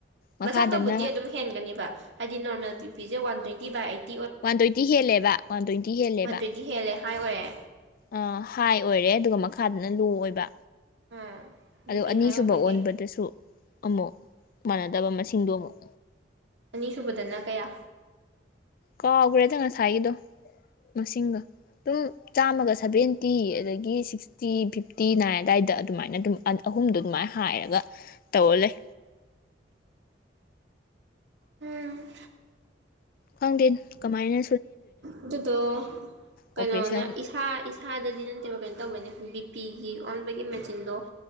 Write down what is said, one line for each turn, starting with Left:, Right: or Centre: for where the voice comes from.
Left: ꯃꯈꯥꯗꯅ
Right: ꯃꯊꯛꯇꯕꯨꯗꯤ ꯑꯗꯨꯝ ꯍꯦꯟꯒꯅꯤꯕ ꯍꯥꯏꯗꯤ ꯅꯣꯔꯃꯦꯜ ꯕꯤ ꯄꯤꯖ one twenty by eight.
Left: One twenty ꯍꯦꯜꯂꯦꯕ ꯋꯥꯟ ꯇ꯭ꯋꯦꯟꯇꯤ ꯍꯦꯜꯂꯦꯕ
Right: ꯋꯥꯟ ꯇ꯭ꯋꯦꯟꯇꯤ ꯍꯦꯜꯂꯦ ꯍꯥꯏ ꯑꯣꯏꯔꯦ
Left: ꯑ ꯍꯥꯏ ꯑꯣꯏꯔꯦ ꯑꯗꯨꯒ ꯃꯈꯥꯗꯅ ꯂꯣ ꯑꯣꯏꯕ꯫
Right: ꯎꯝ ꯕꯤ
Left: ꯑꯗꯨ
Right: ꯄꯤ
Left: ꯑꯅꯤꯁꯨꯕ
Right: ꯍꯥꯏ ꯑꯣꯏꯕꯒꯤ
Left: ꯑꯣꯟꯕꯗꯁꯨ ꯑꯃꯨꯛ꯫ ꯃꯥꯟꯅꯗꯕ ꯃꯁꯤꯡꯗꯣ ꯑꯃꯨꯛ꯫
Right: ꯑꯅꯤꯁꯨꯕꯗꯅ ꯀꯌꯥ꯫
Left: ꯀꯥꯎꯈ꯭ꯔꯦꯗ ꯉꯁꯥꯏꯒꯤꯗꯣ ꯃꯁꯤꯡꯒ ꯑꯗꯨꯝ ꯆꯥꯝꯃꯒ ꯁꯚꯦꯟꯇꯤ ꯑꯗꯒꯤ ꯁꯤꯛꯁꯇꯤ ꯐꯤꯐꯇꯤ ꯅꯥꯏ ꯑꯗꯥꯏꯗ ꯑꯗꯨꯃꯥꯏꯅ ꯑꯗꯨꯝ ꯑꯍꯨꯝꯗꯣ ꯑꯗꯨꯃꯥꯏꯅ ꯍꯥꯏꯔꯒ ꯇꯧꯔ ꯂꯩ꯫
Right: ꯎꯝ꯫
Left: ꯈꯪꯗꯦ ꯀꯃꯥꯏꯅ
Right: ꯑꯗꯨꯗꯣ ꯀꯩꯅꯣꯅ
Left: ꯑꯣꯄꯔꯦꯁꯟ
Right: ꯏꯁꯥ ꯏꯁꯥꯗꯗꯤ ꯅꯠꯇꯦꯕ ꯀꯩꯅꯣ ꯇꯧꯕꯩꯅꯦ ꯕꯤ ꯄꯤꯒꯤ ꯑꯣꯟꯕꯒꯤ ꯃꯦꯆꯤꯟꯗꯣ